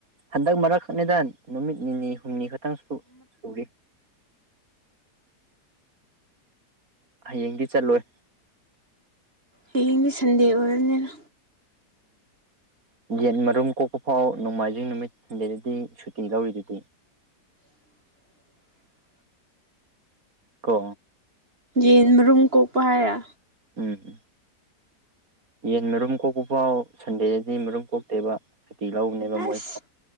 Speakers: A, on the right; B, on the right.
A: ꯍꯟꯗꯛ ꯃꯔꯛꯈꯛꯅꯦꯗ ꯅꯨꯃꯤꯠ ꯅꯤꯅꯤ ꯍꯨꯝꯅꯤ ꯈꯛꯇꯪ ꯁꯨ ꯁꯨꯔꯤ ꯍꯌꯦꯡꯗꯤ ꯆꯠꯂꯣꯏ
B: ꯍꯌꯦꯡꯗꯤ ꯁꯟꯗꯦ ꯑꯣꯏꯔꯅꯤꯅ
A: ꯎꯝ ꯌꯦꯟ ꯃꯔꯨꯝ ꯀꯣꯛꯄ ꯐꯥꯎ ꯅꯣꯡꯃꯥꯏꯖꯤꯡ ꯅꯨꯃꯤꯠ ꯁꯟꯗꯦꯗꯗꯤ ꯁꯨꯇꯤ ꯂꯧꯔꯤꯗꯨꯗꯤ
B: <inaudible>
A: ꯀꯣ
B: ꯌꯦꯟ ꯃꯔꯨꯝ ꯀꯣꯛꯄ ꯍꯥꯏꯔꯥ
A: ꯎꯝ ꯎꯝ ꯌꯦꯟ ꯃꯔꯨꯝ ꯀꯣꯛꯄ ꯐꯥꯎ ꯁꯟꯗꯦꯗꯗꯤ ꯃꯔꯨꯝ ꯀꯣꯛꯇꯦꯕ ꯁꯨꯇꯤ ꯂꯧꯕꯅꯦꯕ
B: ꯑꯁ
A: ꯃꯣꯏ